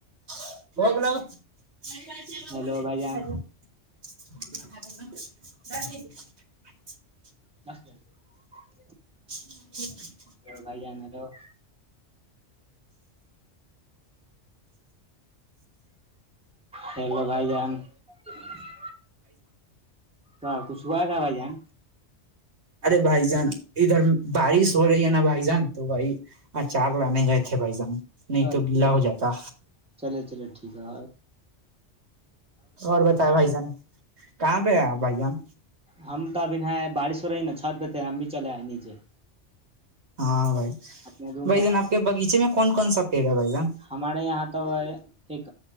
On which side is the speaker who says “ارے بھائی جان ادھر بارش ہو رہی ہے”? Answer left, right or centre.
Right